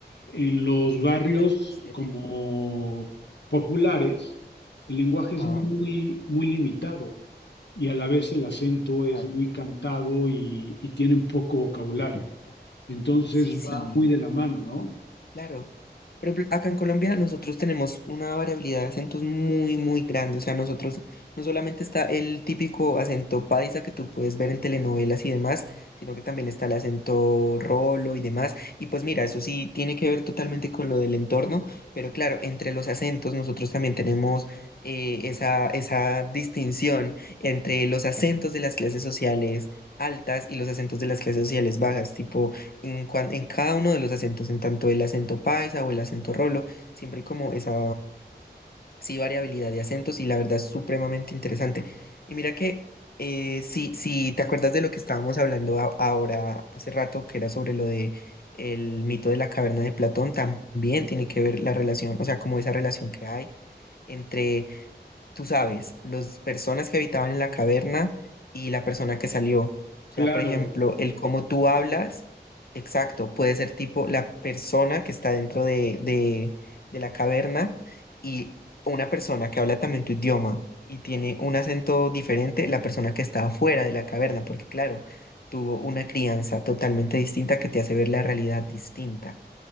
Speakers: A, on the left; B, on the left.
A: En los barrios
B: Totalmente cierto.
A: como populares, el lenguaje
B: Ajá,
A: es muy, muy limitado y a la vez el acento es
B: claro.
A: muy cantado y, y tienen poco vocabulario. Entonces
B: Sí, sí,
A: va muy de la mano, ¿no?
B: Claro. Por ejemplo, acá en Colombia nosotros tenemos una variabilidad de acentos muy, muy grande. O sea, nosotros no solamente está el típico acento paisa que tú puedes ver en telenovelas y demás, sino que también está el acento rolo y demás. Y pues mira, eso sí tiene que ver totalmente con lo del entorno, pero claro, entre los acentos nosotros también tenemos eh, esa, esa distinción entre los acentos de las clases sociales altas y los acentos de las clases sociales bajas, tipo en, cuan- en cada uno de los acentos, en tanto el acento paisa o el acento rolo, siempre hay como esa sí, variabilidad de acentos y la verdad es supremamente interesante. Y mira que eh, si, si te acuerdas de lo que estábamos hablando a- ahora hace rato, que era sobre lo de el mito de la caverna de Platón, también tiene que ver la relación, o sea, como esa relación que hay entre tú sabes, las personas que habitaban en la caverna y la persona que salió. O sea,
A: Claro,
B: por ejemplo, el cómo tú hablas, exacto, puede ser tipo la persona que está dentro de, de, de la caverna y una persona que habla también tu idioma y tiene un acento diferente, la persona que está afuera de la caverna, porque claro, tuvo una crianza totalmente distinta que te hace ver la realidad distinta.